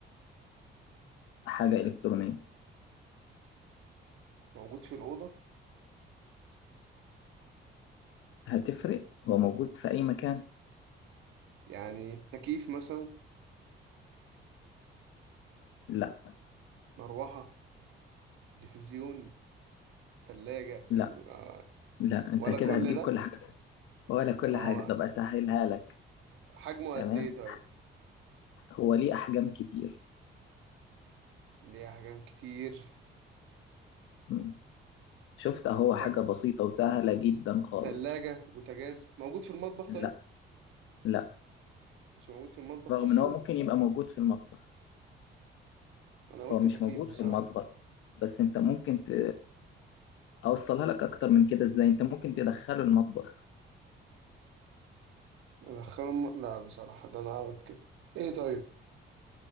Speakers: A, on the left; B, on the right.
A: حاجة إلكترونية
B: موجود في الأوضة
A: هتفرق هو موجود في أي مكان
B: يعني تكييف مثلا
A: لا
B: مروحة تلفزيون تلاجة فاهمني
A: لا
B: ما-
A: لا انت
B: ولا
A: كده
B: كل
A: هتجيب
B: ده
A: كل حاجة ولا كل
B: ما
A: حاجة
B: هو
A: طب أسهلها لك
B: حجمه
A: تمام
B: قد إيه طيب
A: هو ليه أحجام كتير
B: ليه أحجام كتير
A: مم. شفت أهو
B: بوتاج
A: حاجة بسيطة وسهلة جدا خالص
B: تلاجة بوتاجاز موجود في المطبخ
A: لا
B: طيب
A: لا
B: مش موجود في المطبخ
A: رغم
B: أصلا
A: إن هو ممكن يبقى موجود في المطبخ
B: انا قلت
A: هو مش
B: تكييف
A: موجود
B: بصراحة
A: في المطبخ بس أنت ممكن ت... أوصلها لك أكتر من كده إزاي أنت ممكن تدخله المطبخ
B: ادخلهم لا بصراحة ده انا اوت كده ايه طيب